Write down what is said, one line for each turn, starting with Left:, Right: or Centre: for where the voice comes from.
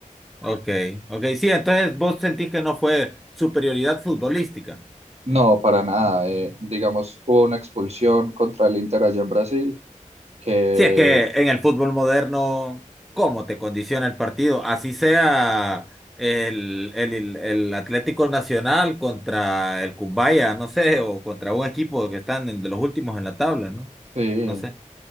Centre: ok, ok, sí, entonces vos sentís que no fue superioridad futbolística.
Right: No, para nada. eh, digamos, hubo una expulsión contra el Inter allá en Brasil, que
Centre: Si es que en el fútbol moderno, ¿cómo te condiciona el partido? Así sea el, el, el el Atlético Nacional contra el Cumbaya, no sé, o contra un equipo que están en- de los últimos en la tabla, ¿no?
Right: sí,
Centre: No sé.